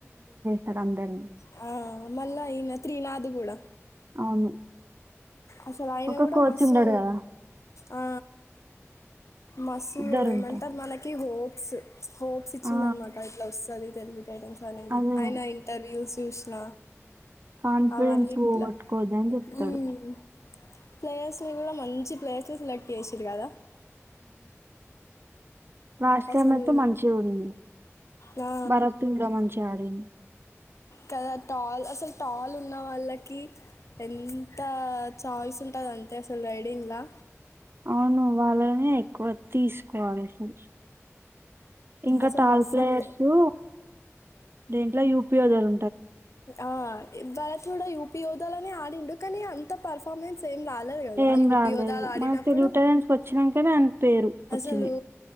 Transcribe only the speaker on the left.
హుమ్ మళ్ళా ఈయన త్రీనాద్ గుడా
అసలు ఆయన
గుడా
మస్సు
ఆ మస్సూ
ఏమంటారు
మనకి హో ప్స్ హోప్స్ ఇచ్చింది
అనమాట ఇట్లా వస్తది తెలుగు టైటాన్స్ అనేది
ఆయన ఇంటర్వ్యూస్ చూసిన
అవన్నిట్ల
హుమ్ ప్లేయర్స్లో గుడా మంచి ప్లేయర్స్ నే సెలెక్ట్ చేసిండు గదా
అసలు
నా
కదా టాల్ అసలు టాల్ ఉన్న వాళ్ళకి ఎంత చాయిస్ ఉంటాదంటే అసల్ రైడింగ్లా
అసలు
మస్తు
అంటే
ఆ ఎవ్వర కూడా యూపీ ఓదలని ఆడిండు కానీ అంత పర్ఫార్మెన్స్ ఏ రాలేదు కదా
యూపీ
హోదలు ఆడినప్పుడు
అసలు